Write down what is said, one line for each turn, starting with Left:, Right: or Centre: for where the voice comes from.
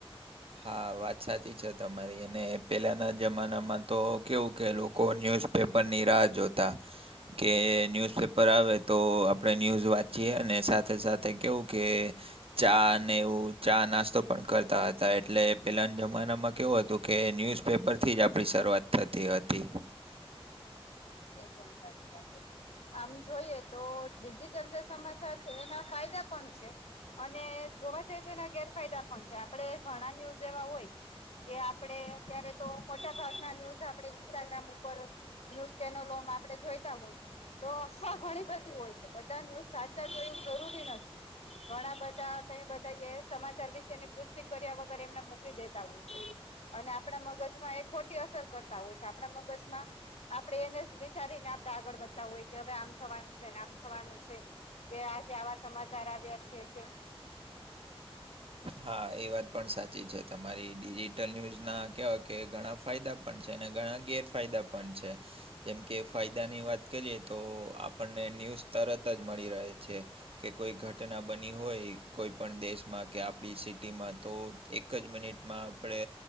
Right: હા વાત સાચી છે તમારી અને પહેલાંના જમાનામાં તો કેવું કે લોકો ન્યૂઝ પેપરની રાહ જોતા. કે ન્યૂઝપેપર આવે તો આપણે ન્યૂઝ વાંચીએ અને સાથે સાથે કવું કે ચા નેવું ચા નાસ્તો પણ કરતા હતા એટલે પેલાના જમાનામાં કેવું હતું કે ન્યૂઝ પેપર થી જ આપણી શરૂઆત થતી હતી
Left: એકદમ સાચી વાત છે. આમ જોઈએ તો ડિજિટલ જે સમાચાર છે એના ફાયદા પણ છે. અને જોવા જઈએ તો એના ગેરફાયદા પણ છે આપડે ઘણા ન્યૂઝ એવા હોય કે આપડે અત્યારે તો મોટા ભાગના ન્યૂઝ આપડે ઇન્સ્ટાગ્રામ ઉપર ન્યૂઝ જેનો લોમ આપડે જોઈતા હોય. તો અફવા ઘણી બધી હોય છે બધા ન સાચા જોય એવું જરૂરી નથી. ઘણા બધા કઈ બધા કે સમાચાર વિશેની પુષ્ટિ કર્યા વગર એમને મૂકી દેતા હોય છે. અને આપણા મગજમાં એ ખોટી અસર કરતા હોય છે આપણા મગજમાં આપણે એને વિચારીને આપડે આગળ વધતાું હોય કે હવે આમ થવાનું છે ને આમ થવાનું છે કે આજે આવા સમાચાર આવ્યા છે.
Right: હા એ વાત પણ સાચી છે તમારી ડિજિટલ ન્યૂઝના કેવાય કે ઘણા ફાયદા પણ છે અને ઘણા ગેરફાયદા પણ છે જેમ કે ફાયદાની વાત કરીએ તો આપણને ન્યૂઝ એમ તરત જ મળી રહે છે કે કોઈ ઘટના બની હોય કોઈ પણણ દેશમાં કે આપણી સિટીમાં તો એક જ મિનિટમાં આપણે